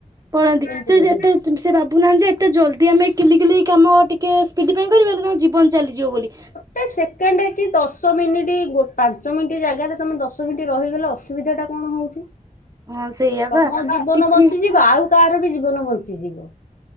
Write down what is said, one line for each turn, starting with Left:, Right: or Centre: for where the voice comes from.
Right: ପଳାନ୍ତି
Left: ଏମିତି
Right: ସେ
Left: କରୁ।
Right: ଯେତେ <unintelligible> ସେ ଭାବୁନାହାନ୍ତି ଯେ ଏତେ ଜଲଦି ଆମେ କିଲିକିଲି କାମ ଟିକେ ସ୍ପିଡି ପାଇଁ କରିବେ ହେଲେ ତାଙ୍କ ଜୀବନ ଚାଲିଯିବ ବୋଲି।
Left: ଟେ ସେକେଣ୍ଡ କି ଦଶ ମିନିଟି ଗୋ ପାଞ୍ଚ ମିନିଟ୍ ଜାଗାରେ ତୋମେ ଦଶ ମିନିଟ୍ ରହିଗଲେ ଅସ ସୁବିଧା ଟା କଣ ହଉଛି,
Right: ହଁ ସେଇଆ
Left: ତୋମ
Right: ବା
Left: ଜୀବନ
Right: ଟିକେ
Left: ବଞ୍ଚିଯିବ ଆଉ କାହାର ବି ଜୀବନ ବଞ୍ଚିଯିବ।